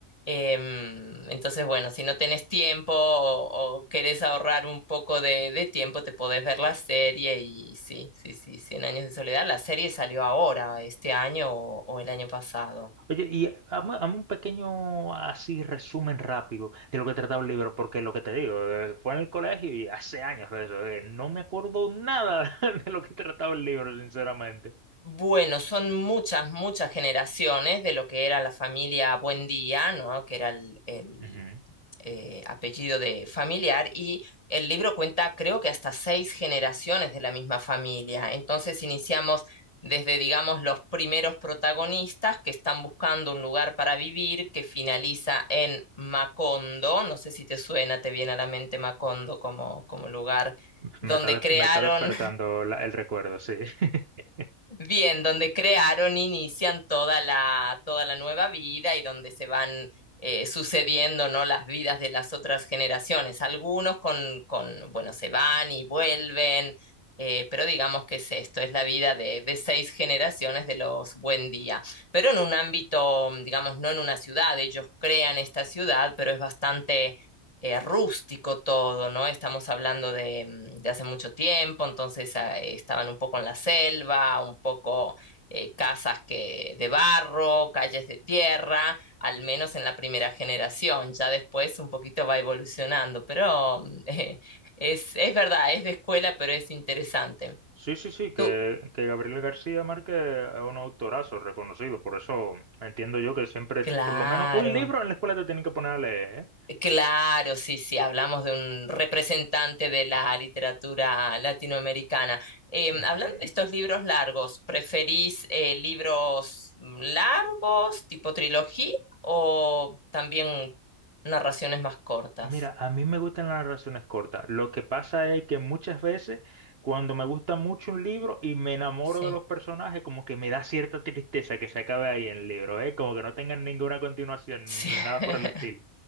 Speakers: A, on the left; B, on the right.
A: Em, entonces, bueno, si no tenés tiempo o, o querés ahorrar un poco de, de tiempo, te podés ver la serie y sí, sí, sí, Cien años de soledad. La serie salió ahora, este año o, o el año pasado.
B: Oye, y eh, hazme, hazme un pequeño así resumen rápido de lo que trataba el libro, porque lo que te digo, eh, fue en el colegio y hace años de eso, eh, no me acuerdo nada <laughs> de lo que trataba el libro, sinceramente.
A: Bueno, son muchas, muchas generaciones de lo que era la familia Buendía, ¿no? Que era el, el,
B: Ujú.
A: eh, apellido de familiar, y el libro cuenta, creo que hasta seis generaciones de la misma familia. Entonces iniciamos desde, digamos, los primeros protagonistas que están buscando un lugar para vivir, que finaliza en Macondo. No sé si te suena, te viene a la mente Macondo como, como lugar donde
B: Me está, des-
A: crearon
B: me está despertando la- el recuerdo, sí. <laughs>
A: Bien, donde crearon, inician toda la, toda la nueva vida y donde se van eh, sucediendo, ¿no? las vidas de las otras generaciones. Algunos con, con, bueno, se van y vuelven, eh, pero digamos que es esto, es la vida de, de seis generaciones de los Buen Día. Pero en un ámbito, digamos, no en una ciudad, ellos crean esta ciudad, pero es bastante eh, rústico todo, ¿no? Estamos hablando de, mm, de hace mucho tiempo, entonces ah, eh, estaban un poco en la selva, un poco eh, casas que, de barro, calles de tierra, al menos en la primera generación, ya después un poquito va evolucionando, pero mm, <laughs> eh, es, es verdad, es de escuela, pero es interesante.
B: Sí, sí, sí, que,
A: Tú,
B: que Gabriel García Márquez es un autorazo reconocido, por eso entiendo yo que siempre,
A: claro.
B: por lo menos un libro en la escuela te tienen que poner a leer,
A: Claro, sí, sí, hablamos de un representante de la literatura latinoamericana. Em,
B: ¿eh?
A: hablando de estos libros largos, ¿preferís eh, libros largos, tipo trilogía, o también narraciones más cortas?
B: Mira, a mí me gustan las relaciones cortas. Lo que pasa es que muchas veces cuando me gusta mucho un libro y me enamoro
A: Sí,
B: de los personajes, como que me da cierta tristeza que se acabe ahí el libro, ¿eh? Como que no tengan ninguna continuación
A: sí.
B: ni
A: <laughs>
B: nada por el estilo.